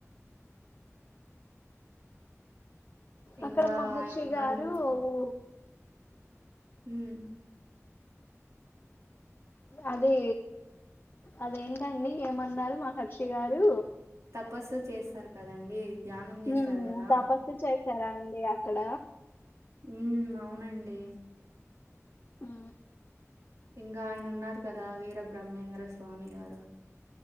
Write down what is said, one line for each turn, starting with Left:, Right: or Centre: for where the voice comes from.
Right: ఇంకా
Left: అక్కడ మహర్షి
Right: ఆయన ఉన్నారు
Left: గారు
Right: కదా
Left: ఊ
Right: హ్మ్
Left: అదీ అదేంటండి ఏమన్నారు మహర్షి గారు
Right: తపస్సు చేస్తారు కదండి ధ్యానం చేస్తారు
Left: మ్మ్
Right: కదా
Left: తపస్సు చేసారా అండి అక్కడ
Right: మ్మ్ అవునండి
Left: ఆ
Right: ఇంకా ఆయన ఉన్నారు కదా వీర బ్రహ్మేంద్ర స్వామి గారు